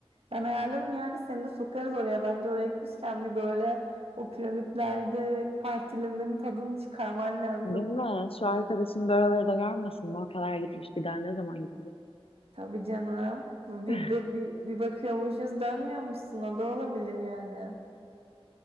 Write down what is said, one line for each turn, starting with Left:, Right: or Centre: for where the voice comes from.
Right: Ben ayarlarım yani seni de sokarız oraya. Bence oraya gitmişken bir böyle o piramitlerde partilimin tadını çıkarman lazım.
Left: Değil mi? Şu arkadaşım da oraları da görmesin mi? O kadar gitmiş bir daha ne zaman gidecek?
Right: Tabii canım. Bu Bir,
Left: <laughs>
Right: bir, bir, bir bakıyormuşuz dönmüyormuşsun o da olabilir yani.